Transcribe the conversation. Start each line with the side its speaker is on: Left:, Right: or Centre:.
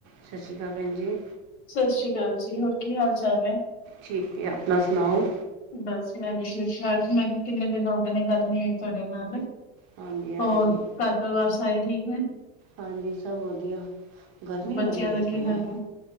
Right: ਸਤਿ ਸ਼੍ਰੀ ਅਕਾਲ ਭੈਣ ਜੀ।
Left: ਸਤਿ ਸ੍ਰੀ ਅਕਾਲ ਜੀ, ਹੋਰ ਕੀ ਹਾਲ- ਚਾਲ ਐ?
Right: ਠੀਕ ਏ, ਆਪਣਾ ਸੁਣਾਓ?
Left: ਬਸ ਮੈਂ ਵੀ ਠੀਕ- ਠਾਕ, ਮੈਂ ਕਿਹਾ, ਕਿੰਨੇ ਦਿਨ ਹੋ ਗਏ ਨੇ ਗੱਲ ਨੀ ਹੋਈ ਤੁਹਾਡੇ ਨਾਲ।
Right: ਹਾਂਜੀ-
Left: ਹੋਰ
Right: ਹਾਂਜੀ,
Left: ਘਰ ਪਰਿਵਾਰ ਸਾਰੇ ਠੀਕ ਨੇ?
Right: ਹਾਂਜੀ ਸਭ ਵਧੀਆ। ਗਰਮੀ
Left: ਬੱਚਿਆਂ
Right: ਬੜੀ ਹੋਈ
Left: ਦਾ
Right: ਦੀ
Left: ਕੀ
Right: ਹੈ
Left: ਹਾਲ ਐ?